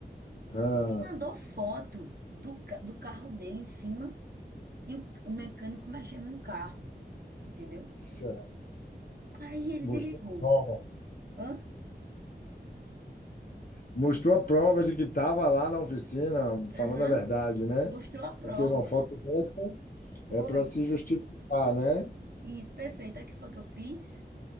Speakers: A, on the left; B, on the right.
A: ah,
B: E mandou foto do, ca- do carro dele em cima e o, o mecânico mexendo no carro. Entendeu?
A: cê-
B: Aí ele
A: mostrou
B: desligou.
A: a prova.
B: Hã?
A: Mostrou a prova de que estava lá na oficina falando
B: Aham.
A: a verdade, né?
B: Mostrou a prova.
A: Porque uma foto dessa
B: Foi.
A: é para se justificar, né?
B: Isso, perfeito. Aí o que foi que eu fiz?